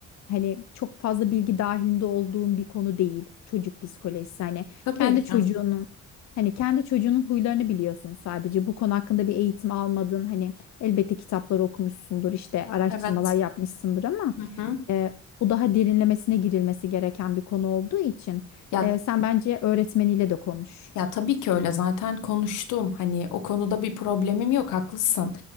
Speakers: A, on the left; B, on the left.
A: hani çok fazla bilgi dahilinde olduğun bir konu değil çocuk psikolojisi. Hani
B: Tabii
A: kendi
B: ki.
A: çocuğunun
B: Evet.
A: Hani kendi çocuğunun huylarını biliyorsun sadece. Bu konu hakkında bir eğitim almadın. Hani elbette kitapları okumuşsundur, işte araştırmalar
B: Evet.
A: yapmışsındır ama
B: Hı hı.
A: e, bu daha derinlemesine girilmesi gereken bir konu olduğu için
B: Ya
A: e, sen bence öğretmeniyle de konuş.
B: ya tabii ki öyle zaten konuştum hani o konuda bir problemim yok haklısın